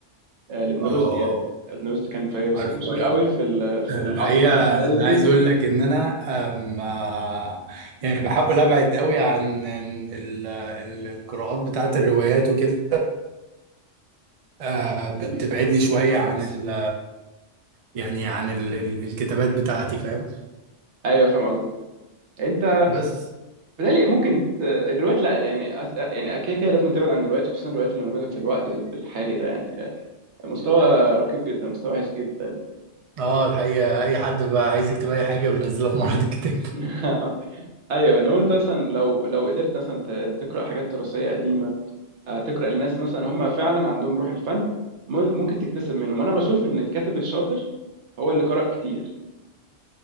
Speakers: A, on the right; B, on the right.
A: آه، لابن
B: اه
A: رشد يعني
B: اه
A: ابن رشد كان فيلسوف
B: عارفه
A: مشهور
B: ايوه
A: قوي في ال... في
B: الحقيقة
A: العصر الاندلسي
B: انا عايز اقول لك ان انا أم، آه، يعني بحاول ابعد قوي عن ال- ال- القراءات بتاعت الروايات وكده آه، بتبعدني شوية عن ال يعني عن ال ال الكتابات بتاعتي فاهم
A: ايوه فاهم قصدك انت
B: بس
A: بالتالي ممكن ت... الروايات لا يعني أس- يعني كده كده لازم تبعد عن الروايات خصوصا الروايات اللي موجوده في الوقت ال- الحالي ده يعني مستوى ركيك جدا مستوى وحش جدا
B: اه الحقيقة أي حد بقى عايز يكتب أي حاجة بينزلها في معرض الكتاب
A: <laughs> ايوه انما انت مثلا لو لو قدرت مثلا ت- تقرا حاجات تراثيه قديمه آه، تقرا لناس مثلا هم فعلا عندهم روح الفن م- ممكن تكتسب منهم انا بشوف ان الكاتب الشاطر هو اللي قرأ كتير